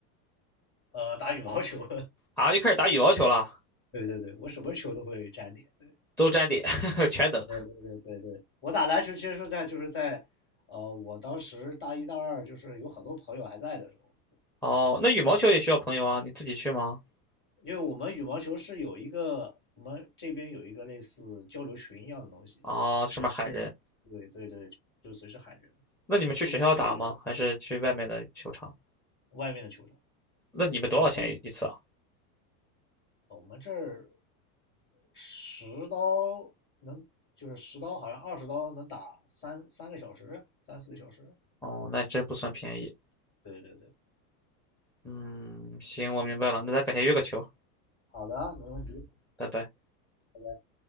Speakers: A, on the left; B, in the centre.
A: 呃，打羽毛球，
B: 啊？又开始打羽毛球了，
A: <laughs> 对对对，我什么球都会沾点，对。
B: 都沾点，<laughs> 全等。
A: 对对对对对，我打篮球其实是在就是在，呃，我当时大一大二就是有很多朋友还在的时候，
B: 哦，那羽毛球也需要朋友啊，你自己去吗？
A: 因为我们羽毛球是有一个我们这边有一个类似交流群一样的东西，
B: 啊，上面喊人。
A: 嗯对对对对，就随时喊人，
B: 那你们去学校打吗？
A: 就都能真的喊
B: 还是去外面的球场？
A: 外面的球场，
B: 那你们多少钱一次啊？
A: 对我们我们这儿十刀能就是十刀好像二十刀能打三三个小时三四个小时，
B: 哦，那真不算便宜。
A: 对对对，
B: 嗯，行，我明白了，那咱改天约个球。
A: 好的啊，没问题。
B: 嗯，拜拜。
A: 拜拜。